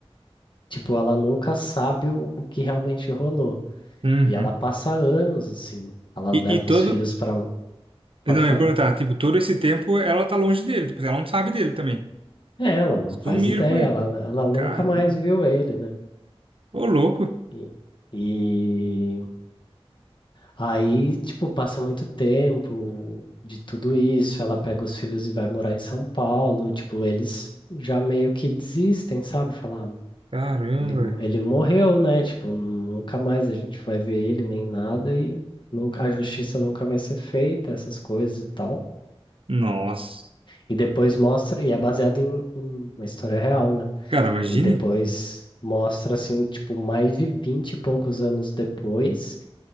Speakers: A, on the left (about 50°); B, on the right (about 60°).
A: Tipo, ela nunca sabe o, o que realmente rolou.
B: Uhum.
A: E ela passa anos assim. Ela
B: E,
A: leva
B: e todo.
A: os filhos para.
B: Eu
A: Pode
B: Não,
A: falar.
B: eu ia perguntar, tipo, todo esse tempo ela tá longe dele. Tipo, ela não sabe dele também.
A: É, ela não
B: Sumiram
A: faz ideia.
B: com ele.
A: Ela, ela nunca
B: Caramba.
A: mais viu ele, né?
B: Ô, louco.
A: E, e aí, tipo, passa muito tempo de tudo isso. Ela pega os filhos e vai morar em São Paulo. Tipo, eles já meio que desistem, sabe? Falar,
B: Caramba,
A: Ele, mo-
B: velho.
A: ele morreu, né? Tipo, nunca mais a gente vai ver ele nem nada e nunca, a justiça nunca vai ser feita, essas coisas e tal.
B: Nossa.
A: E depois mostra, e é baseado em, em uma história real, né?
B: Cara, imagine.
A: E depois mostra, assim, tipo, mais de 20 e poucos anos depois,